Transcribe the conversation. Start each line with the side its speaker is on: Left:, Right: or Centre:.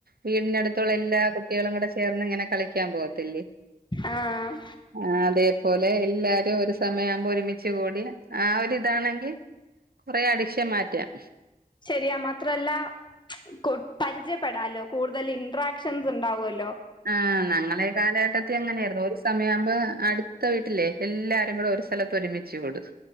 Right: വീടിന് അടുത്തുള്ള എല്ലാ കുട്ടികളും കൂടെ ചേർന്ന് ഇങ്ങനെ കളിക്കാൻ പോകത്തില്ലേ
Left: ആഹ്
Right: ആഹ് അതേപോലെ എല്ലാരും ഒരു സമയാവുമ്പോ ഒരുമിച്ച് കൂടി ആ ഒരിതാണെങ്കി കൊറെ അടിക്ഷൻ മാറ്റാം
Left: ശരിയാ മാത്ര അല്ല കൊ പരിചയപ്പെടാലോ കൂടുതൽ ഇന്ട്രാക്ഷൻസ് ഉണ്ടാവുവല്ലോ
Right: ആഹ് ഞങ്ങളെ കാലഘട്ടത്തി അങ്ങനെയായിരുന്നു ഒരു സമയമാവുമ്പോ അടുത്ത വീട്ടിലേ എല്ലാരും കൂടെ ഒരു സ്ഥലത്ത് ഒരുമിച്ച് കൂടും